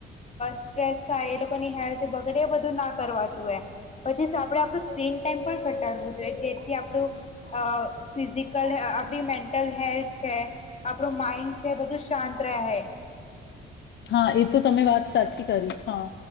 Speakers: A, on the left; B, on the left.
A: સ્ટ્રેસ થાય, એ લોકોની હેલ્થ બગડે એ બધું નાખ કરવા જ <unintelligible> પછી સા <unintelligible> આપળું સ્ક્રીન ટાઈમ પણ ઘટાડવું જોઈએ જેથી આપણું અ ફિઝિકલ આપણી મેન્ટલ હેલ્થ છે, આપણું માઈન્ડ છે બધું શાંત રહે.
B: હા એ તો તમે વાત સાચી કરી હા